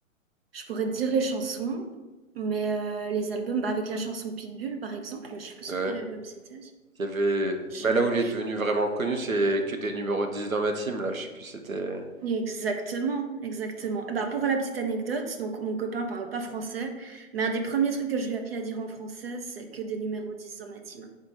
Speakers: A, on the right (about 45°); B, on the right (about 80°).
A: Je pourrais te dire les chansons, mais euh, les albums, bah, avec la chanson Pitbull, par exemple, mais je suis plus
B: Ouais.
A: sûre quel album c'était.
B: Il y avait,
A: Je
B: bah
A: sais plus.
B: là où il est devenu vraiment connu, c'est que des numéros 10 dans ma team, là, je sais plus, si c'était,
A: Exactement, exactement. Bah, pour la petite anecdote, donc mon copain parle pas français, mais un des premiers trucs que je lui ai appris à dire en français, c'est que des numéros dix dans ma team.